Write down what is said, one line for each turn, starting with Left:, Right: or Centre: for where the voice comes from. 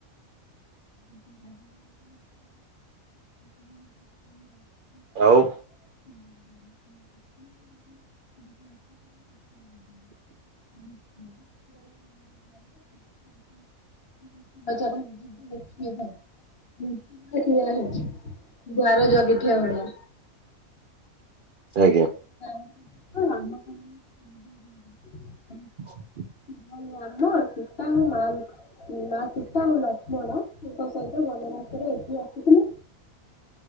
Left: <inaudible>
Right: ଆଉ।
Left: <inaudible> <inaudible> ଆଚ୍ଛା ମୁଁ ଯିବି ଦେଖିବି। ଓହୋ ଠିଆ ହେଇଚି ଦ୍ୱାର ଜଗିଥିବା ଭଳିଆ।
Right: ଆଜ୍ଞା।
Left: <inaudible>
Right: <inaudible>
Left: ହଁଲୋ ରାମ ସୀତାଙ୍କ ମାଲ୍ ମାଆ ସୀତା ଆଉ ଲକ୍ଷ୍ମଣଙ୍କ ସହିତ ବନବାସରେ ଏଇଠିକି ଆସିଥିଲେ।